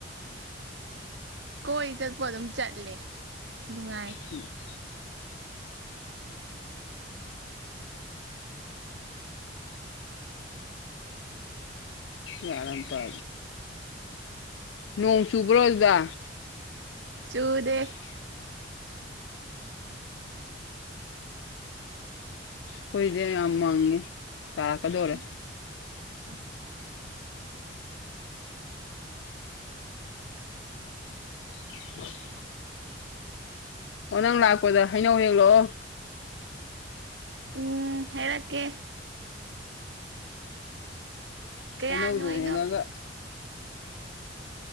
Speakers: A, on the right; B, on the left.
A: ꯀꯣꯏ ꯆꯠꯄ ꯑꯗꯨꯝ ꯆꯠꯂꯦ ꯅꯨꯡꯉꯥꯏ
B: ꯍꯝ ꯌꯥꯔꯝ ꯇꯦ ꯅꯣꯡ ꯆꯨꯕ꯭ꯔꯣ ꯑꯗꯨꯗꯥ
A: ꯆꯨꯗꯦ
B: ꯎ ꯍꯈꯣꯏꯗꯤꯦ ꯌꯥꯝ ꯃꯪꯉꯦ ꯇꯥꯔꯛꯀꯗꯧꯔꯦ
A: <unintelligible>
B: <unintelligible> ꯑꯣ ꯅꯪ ꯂꯥꯛꯄꯗ ꯍꯩꯅꯧ ꯍꯦꯛꯂꯛꯑꯣ
A: ꯎꯝ ꯍꯔꯛꯀꯦ ꯀꯌꯥꯅꯣ
B: ꯍꯩꯅꯧꯗꯨꯣ
A: ꯍꯩꯅꯧ
B: ꯍꯡꯉꯒ